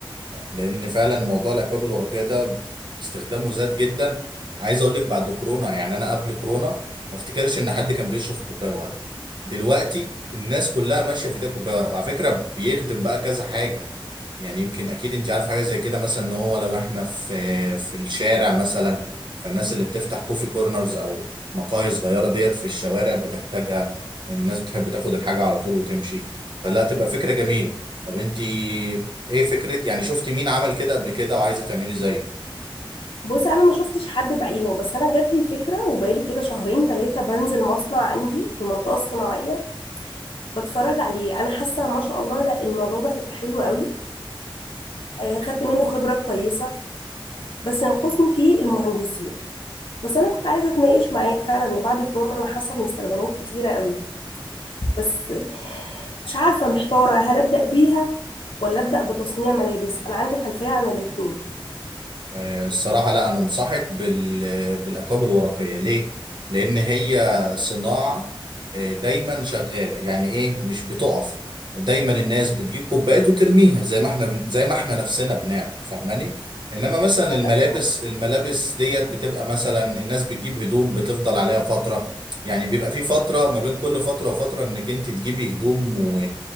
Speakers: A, on the right (about 55°); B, on the left (about 70°).
A: لأن فعلا موضوع الأكواب الورقية ده استخدامه زاد جدا عايز أقول لك بعد كورونا يعني أنا قبل كورونا ما افتكرش إن حد كان بيشرب كوباية ورق دلوقتي الناس كلها ماشية في ده كوباية ورق وعلى فكرة بيخدم بقى كذا حاجة يعني يمكن اكيد انت عارف حاجه زي كده مثلا ان هو لو احنا في في الشارع مثلا فالناس اللي بتفتح كوفي كورنرز او مقاهي صغيره ديت في الشوارع بتحتاجها الناس بتحب تاخد الحاجه على طول وتمشي فلا تبقى فكره جميله طب انت ايه فكرة يعني شفتي مين عمل كده قبل كده وعايزه تعملي زيه
B: بص انا ما شفتش حد بعينه بس انا جات لي الفكرة وبقالي كده شهرين ثلاثة بنزل مصنع عندي في المنطقة الصناعية بتفرج عليه انا حاسة ما شاء الله لا الموضوع ده هيبقى حلو قوي آه، خدت منه خبرة كويسة بس ينقصني فيه المهندسين بس انا كنت عايزة اتناقش معاك فعلا ان بعد كورونا انا حاسة ان الاستخدامات كتيرة قوي بس مش عارفة محتارة هل أبدأ بيها ولا أبدأ بتصنيع ملابس أنا عندي خلفية عن الاتنين
A: آه، الصراحة لا أنا أنصحك بال... بالأكواب الورقية ليه؟ لأن هي صناعة آه، دايما شغالة يعني إيه مش بتقف دايما الناس بتجيب كوبايات وترميها زي ما إحنا بن... زي ما إحنا نفسنا بنعمل فاهماني؟ إنما مثلا
B: تصدق
A: الملابس
B: فعلا؟
A: الملابس ديت بتبقى مثلا الناس بتجيب هدوم بتفضل عليها فترة يعني بيبقى في فترة ما بين كل فترة وفترة إنك أنت تجيبي هدوم و...